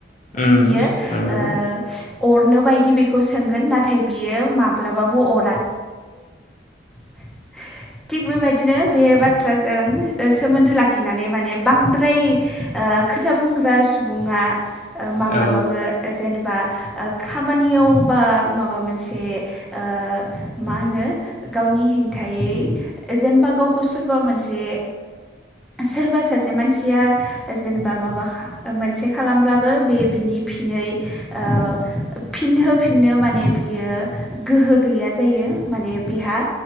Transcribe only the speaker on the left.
ओम
नंगौ।
औ